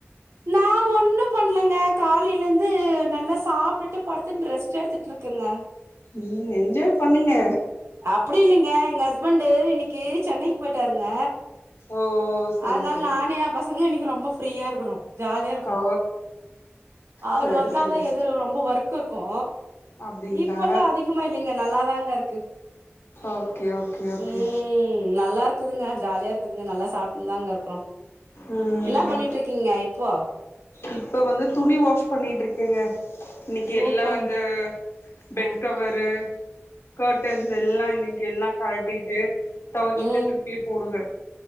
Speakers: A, on the right; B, on the left.
A: நா ஒண்ணு பண்லங்க காலையில இருந்து நல்லா சாப்டுட்டு படுத்துன் ரெஸ்ட் எடுத்துட்டு இருக்கங்க
B: ம் என்ஜாய் பண்ணுங்க
A: அப்டி இல்லிங்க எங்க ஹஸ் ஹஸ்பண்டு இன்னிக்கு சென்னைக்கு போயிட்டாருங்க
B: ஓ சரி
A: அதனால
B: சரி
A: நானு ஏன் பசங்களு இன்னக்கி ரொ ம்ப ஃப்ரீயா இருக்குறோ ஜாலியா இருக்கோ
B: ஓ
A: அவரு
B: சரி
A: வந்தாதா
B: சரி
A: எது ரொம்ப ஒர் க்கு இருக்கு
B: அப்டிங்களா
A: இப்பல்லா அதிகமா இல்லைங்க நல்லாதாங்க இரு க்
B: ஓகே ஓகே ஓகே
A: ம் நல்லா இருக்குதுங்க ஜாலியா இருக்குதுங்க நல்லா சாப் தாங்க இருக்குறோ
B: ம்
A: என்னா பண்ணிட்ருக்கீங்க இப்போ
B: இப்ப வந்து துணி வாஷ் பண்ணிட்ருக்கேங்க இன்னக்கி
A: சூப்பருங்க
B: எல்லா இந்த பெட்
A: ஆ
B: கவரு கர்ட்டன்ஸ் எல்லா இன்னக்கி எல்லா கழட்டிட்டு தொவச்சிட்டு
A: ம்
B: திருப்பியு போடுவே